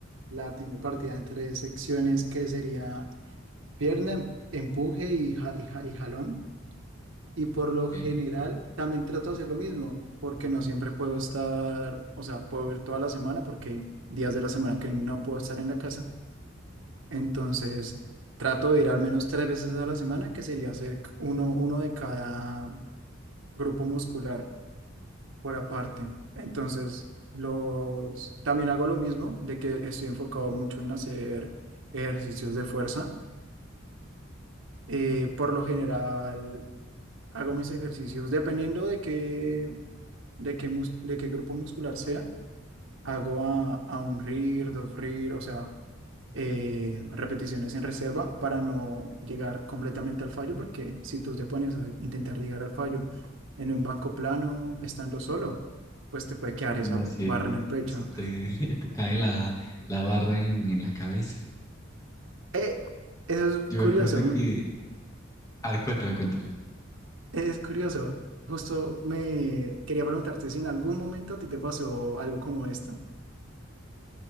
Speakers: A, on the right; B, on the left.
A: La tengo partida en tres secciones que sería pierna, em- empuje y, ja- y, ja- y jalón. Y por lo general
B: Ok.
A: también trato de hacer lo mismo, porque no siempre puedo estar, o sea, puedo ir toda la semana porque hay días de la semana que no puedo estar en la casa. Entonces, trato de ir al menos tres veces a la semana, que sería hacer uno, uno de cada grupo muscular por aparte. Entonces, los, también hago lo mismo, de que estoy enfocado mucho en hacer ejercicios de fuerza. Eh, por lo general, hago mis ejercicios dependiendo de qué, de qué, mus- de qué grupo muscular sea. hago a, a un RIR, dos RIR, o sea, eh, repeticiones en reserva para no llegar completamente al fallo, porque si tú te pones a intentar llegar al fallo en un banco plano, estando solo, pues te puede quedar
B: Ah,
A: esa
B: No, si,
A: barra en el pecho.
B: si te, <laughs> te cae la, la barra en, en la cabeza.
A: Eh, eso es
B: Yo
A: curioso,
B: me acuerdo
A: mm,
B: que... Ah, cuéntame, cuéntame.
A: es curioso. Justo me quería preguntarte si en algún momento a ti te pasó algo como esto. <laughs>